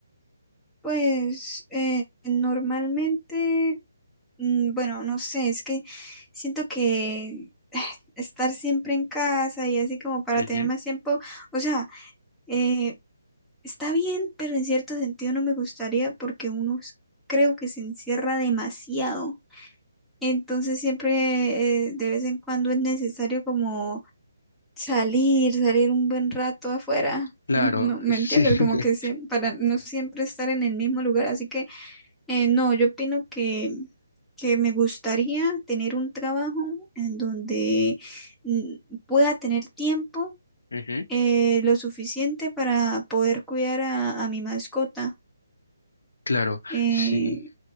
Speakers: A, in the centre; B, on the left.
A: Pues eh, normalmente, mm, bueno, no sé, es que siento que <sighs> estar siempre en casa y así como para
B: Ujú.
A: tener más tiempo, o sea, eh, está bien, pero en cierto sentido no me gustaría porque uno s- creo que se encierra demasiado. Entonces siempre eh, de vez en cuando es necesario como salir, salir un buen rato afuera. <laughs>
B: Claro,
A: No, ¿me
B: sí.
A: entiendes?
B: <laughs>
A: Como que siem- para no siempre estar en el mismo lugar, así que eh, no, yo opino que, que me gustaría tener un trabajo en donde mm, pueda tener tiempo
B: Ujú,
A: eh, lo suficiente para poder cuidar a, a mi mascota.
B: Claro,
A: Eh,
B: sí.